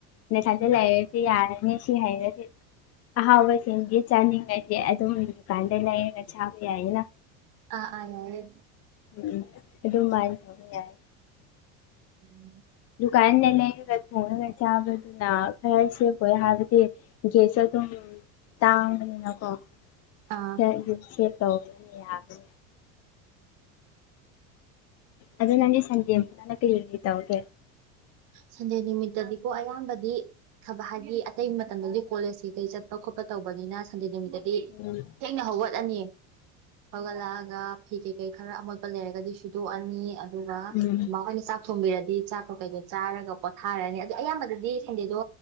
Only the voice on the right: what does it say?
ꯑꯥ ꯑꯥ ꯌꯥꯏꯌꯦ
ꯎ <unintelligible>
ꯑꯥ
ꯁꯟꯗꯦ ꯅꯨꯃꯤꯠꯇꯥꯗꯤꯀꯣ ꯑꯌꯥꯝꯕꯗꯤ ꯊꯕꯛ ꯍꯥꯏꯗꯤ ꯑꯇꯩ ꯃꯇꯝꯗꯗꯤ ꯀꯣꯂꯦꯖꯀꯤ ꯀꯩ ꯀꯩ ꯆꯠꯄ ꯈꯣꯠꯄ ꯇꯧꯕꯅꯤꯅ ꯁꯟꯗꯦ ꯅꯨꯃꯤꯠꯇꯗꯤ
ꯊꯦꯡꯅ ꯍꯧꯒꯠꯂꯥꯅꯤ ꯍꯧꯒꯠꯂꯛꯑꯒ ꯐꯤ ꯀꯩ ꯀꯩ ꯀꯩ ꯈꯔ ꯑꯃꯣꯠꯄ ꯂꯩꯔꯒꯗꯤ ꯁꯨꯗꯣꯛꯑꯅꯤ ꯑꯗꯨꯒ
ꯃꯥꯃꯥ ꯍꯣꯏꯅ ꯆꯥꯛ ꯊꯣꯡꯕꯤꯔꯗꯤ ꯆꯥꯛ ꯀꯩꯩꯗꯣ ꯆꯥꯔꯒ ꯄꯣꯠꯊꯥꯔꯅꯤ ꯑꯗꯣ ꯑꯌꯥꯝꯕꯗꯗꯤ ꯁꯟꯗꯦꯗꯣ